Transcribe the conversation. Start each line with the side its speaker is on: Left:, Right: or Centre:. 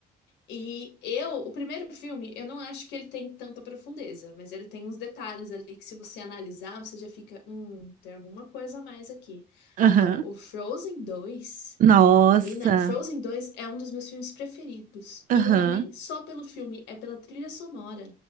Left: E eu, o primeiro filme, eu não acho que ele tem tanta profundeza, mas ele tem uns detalhes ali que se você analisar, você já fica, hum, tem alguma coisa a mais aqui.
Right: Aham.
Left: Agora, o Frozen dois
Right: Nossa.
Left: menina, Frozen dois é um dos meus filmes preferidos.
Right: Aham.
Left: E não é nem só pelo filme, é pela trilha sonora.